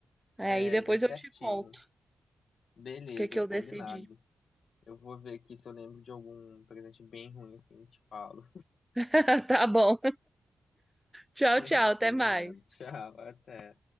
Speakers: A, in the centre; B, on the left (about 80°).
A: Aí
B: É,
A: depois
B: vê certinho.
A: eu te conto
B: Beleza,
A: o que que eu
B: combinado.
A: decidi.
B: Eu vou ver aqui se eu lembro de algum presente bem ruim assim, te falo.
A: <laughs> Tá bom. Tchau,
B: <laughs>
A: tchau. Até
B: Combinado.
A: mais.
B: Tchau, até.